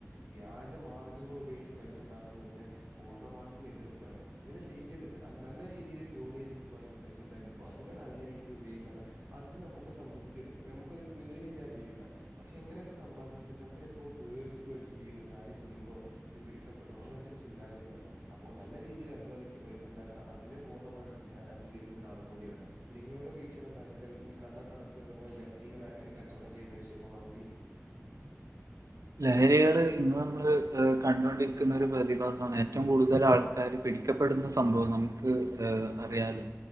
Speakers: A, on the right (about 45°); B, on the right (about 85°).
A: വ്യാജ മാർഗ്ഗങ്ങൾ ഉപയോഗിച്ച് പൈസണ്ടാക്കുന്നതിനെ പൂർണ്ണമായിട്ടും എതിർക്കാണ്. ഇങ്ങനെ ചെയ്യര്ത് നല്ല രീതിയിൽ ജോലി ചെയ്തിട്ട് പൈപൈസ ണ്ടാക്കിക്കോ അതിന് നല്ല രീതിയിൽ പയോഗിക്കാനും അതി നമുക്കൊരു സംതൃപ്തില് നമുക്കൊരു പേടില്ലാജീവിക്കാ. പക്ഷെ എങ്ങനെക്കെ സമ്പാദിക്കുമ്പോെനമുക്കെരു എപ്പോം പേടിച്ച് പേടിച്ച് ജീവക്കെ ആരെ പിടിക്കോ ഇത് പിടിക്കപ്പെടോ അങ്ങനത്തെ ഒരു ചിന്താഗതി ഇണ്ടാവും. അപ്പൊ നല്ല രീതിയിൽ അധ്വാനിച്ച് പൈസ ഇണ്ടാക്ക അതിനെ പൂർണ്ണമായിട്ടും ഞാന അംഗീകരിക്കുന്ന ഒരാളും കൂടിയാണ്. നിങ്ങളുടെ വീക്ഷണം എന്താ ഇത്തരം ഈ കള്ളക്കടത്ത് അതുപോലെ ലഹരികളെക് കച്ചോടം ചെയ്യുന്ന വിഷയങ്ങളെ പറ്റി
B: ലഹരികള് ഇന്ന് നമ്മള് കണ്ടൊണ്ടിരിക്കുന്ന ഒരു പ്രതിഭാസമാണ് ഏറ്റവും കൂടുതൽ ആൾ എല്ലാരും പിടിക്കപ്പെടുന്ന സംഭവം നമുക്ക് ഏ അറിയാലോ..